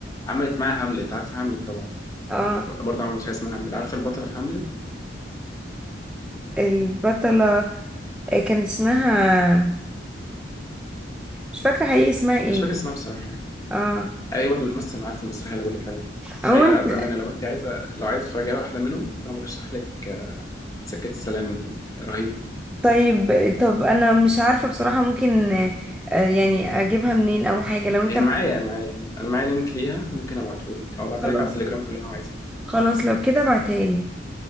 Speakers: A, on the left; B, in the centre.
A: عملت معاها هاملت عارفه هاملت طبعا
B: اه
A: برضه عملت مسرحيه اسمها هاملت عارفه البطله في هاملت
B: البطلة آه، كان اسمها مش فاكرة حقيقي اسمها ايه
A: مش فاكر اسمها بصراحه يعني
B: اه
A: هي برضه بتمثل معاها في المسرحيه اللي بقول لك عليها دي فهي
B: عموما
A: بامانه لو انت عايزه لو عايزه تتفرجي على واحده منهم فانا برشح لك آه، سكه السلامه دي رهيبه
B: طيب طب انا مش عارفة بصراحة ممكن آه، آه، يعني اجيبها منين او حاجة لو انت
A: هي معايا معايا يعني انا معايا لينك ليها ممكن ابعته لك او ابعتها
B: خلاص
A: لك على التليجرام كلها لو عايزه
B: خلاص لو كده ابعتها لي